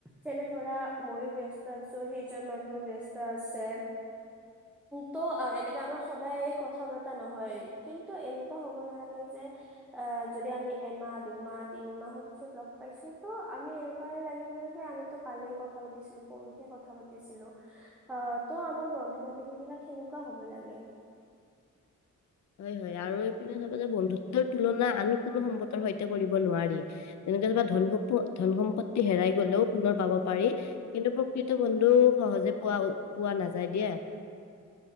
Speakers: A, in the centre; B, on the left.
A: যেনে ধৰা মইয়ো ব্যস্ত আছো সেইজন মানুহেও ব্যস্ত আছে তো এনেকা আমাৰ সদায় কথা পতা নহয় কিন্তু এনেকোৱা হব নালাগে যে অ যদি আমি এমাহ দুমাহ তিনিমাহৰ পিছত লগ পাইছো ত' আমি এনেকোৱাই লাগিব লাগে যে আমি ত কালিয়ে কথা পাতিছিলো পৰহিয়ে কথা পাতিছিলো অ ত আমাৰ বন্ধু -বান্ধৱী বিলাক সেনেকোৱা হ'ব লাগে।
B: হয় হয় আৰু এইপিনে চাবা যে বন্ধুত্বৰ তুলনা আন কোনো সম্পকৰ সৈতে কৰিব নোৱাৰি। তেনেকে যেনিবা ধন সম্প ধন সম্পত্তি হেৰাই গলেও পুনৰ পাব পাৰি। কিন্তু প্ৰকৃত বন্ধু সহজে পোৱা পোৱা নাযায় দিয়া।